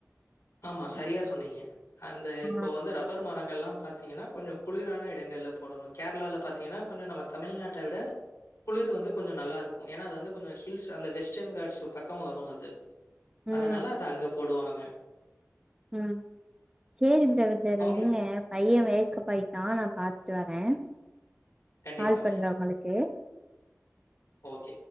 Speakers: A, on the left; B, on the right.
A: ஆமா சரியா சொன்னீங்க அந்த
B: ஆ.
A: இப்போ வந்து ரப்பர் மரங்கள்ல்லா பாத்தீங்கன்னா கொஞ்ச குளிரான இடங்கள்ல போடணு கேரளால பாத்தீங்கன்னா கொஞ்சம் நம்ம தமிழ்நாட்ட விட குளிர் வந்து கொஞ்ச நல்லா இருக்கு ஏன்னா அது வந்து கொஞ்சம் ஹில்ஸ் அந்த வெஸ்டர்ன் கார்ட்ஸ் பக்கோ வரு அது
B: ம்
A: அதனால அது அங்க போடுவாங் ன
B: ம் சேரி பிரதர்
A: அவங்களுக்கு
B: <unintelligible> இருங்க பைய வேக்கப்பாயிட்டா நா பாத் ட்டு வரே
A: கண்டிப்பாங்க.
B: கால் பண்றே உங்களுக்கு
A: ஓகே.